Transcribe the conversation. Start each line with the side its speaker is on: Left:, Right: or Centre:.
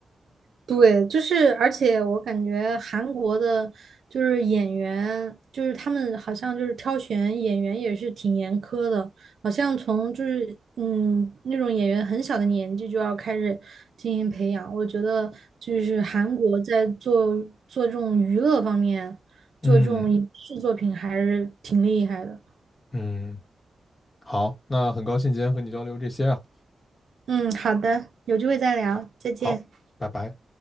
Right: 对，就是，而且我感觉韩国的，就是演员，就是他们好像就是挑选演员也是挺严苛的，好像从就是嗯那种演员很小的年纪就要开始进行培养。我觉得就是韩国在做做这种娱乐方面，
Left: 嗯
Right: 做这种影视作品还是挺厉害的。
Left: 嗯，好，那很高兴今天和你交流这些啊。
Right: 嗯，好的，有机会再聊，再见。
Left: 好，拜拜。